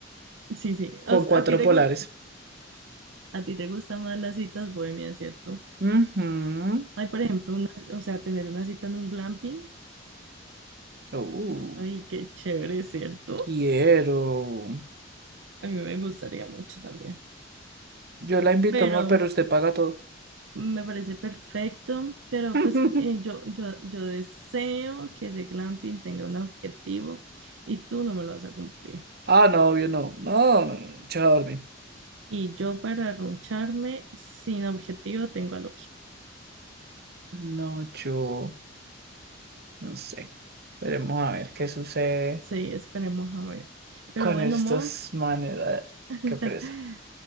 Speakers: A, on the right; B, on the right.
A: Sí, sí.
B: con
A: O sea,
B: cuatro
A: a ti te
B: polares.
A: gu- a ti te gustan más las citas bohemias, ¿cierto?
B: Ujú,
A: Ay, por ejemplo, una, o sea, tener una cita en un glamping.
B: Uh,
A: Ay, qué chévere, ¿cierto?
B: quiero.
A: A mí me gustaría mucho también.
B: Yo la invito,
A: Pero
B: amor, pero usted paga todo.
A: me parece perfecto, pero
B: <laughs>
A: pues eh, yo, yo, yo deseo que ese glamping tenga un objetivo y tú no me lo vas a cumplir.
B: Ah, no, yo no. No, no, no, yo a dormir.
A: Y yo para roncharme sin objetivo tengo a Loki.
B: No, yo no sé. Veremos a ver qué sucede
A: Sí, esperemos a ver. Pero
B: con
A: bueno,
B: estos
A: amor.
B: manes. Ah,
A: <laughs>
B: Qué pereza.